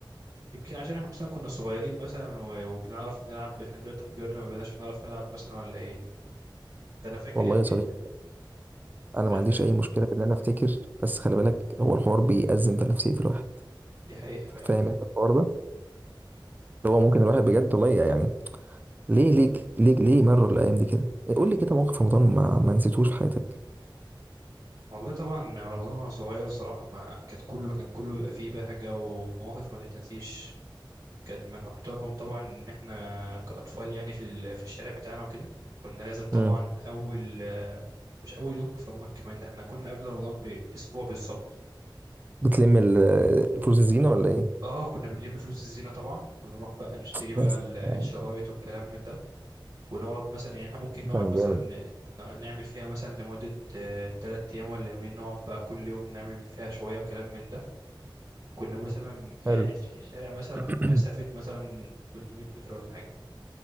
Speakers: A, on the right; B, on the right.
A: يمكن عشان احنا مثلا كنا صغيرين مثلا و- وبنعرف نلعب احنا دلوقتي كبرنا ما بقناش بنعرف نلعب مثلا ولا ايه ده انا فاكر
B: والله
A: يا ابني
B: يا صديقي انا ما
A: انا
B: عنديش
A: فاكر
B: اي مشكلة في ان انا افتكر بس خلي بالك هو الحوار بيأزم في نفسية الواحد
A: دي حقيقة فعلا
B: فاهم انت الحوار ده اللي هو ممكن الواحد بجد والله يعني ليه ليه ليه ليه مروا الايام دي كده قول لي كده موقف في رمضان ما, ما نسيتوش في حياتك
A: والله طبعا رمضان وانا صغير الصراحه ما كانت كله كان كله بيبقى فيه بهجه ومواقف ما تتنسيش كانت من اكترهم طبعا ان احنا كاطفال يعني في ال- في الشارع بتاعنا وكده كنا لازم طبعا
B: امم
A: اول مش اول يوم في رمضان كمان ده احنا كنا قبل رمضان باسبوع بالظبط
B: بتلم ال- فلوس الزينة ولا ايه
A: اه كنا بنلم فلوس الزينه طبعا ونروح بقى نشتري بقى
B: بس
A: ال- الشرايط
B: آه،
A: والكلام من ده ونقعد مثلا يعني احنا ممكن نقعد
B: كان
A: مثلا
B: جامد
A: ن- نعمل فيها مثلا لمده ثلاث ايام ولا يومين نقعد بقى كل يوم نعمل فيها شويه وكلام من ده كنا مثلا يعني
B: حلو
A: الش- الشارع مثلا
B: <clears throat>
A: مسافة مثلا 300 متر ولا حاجة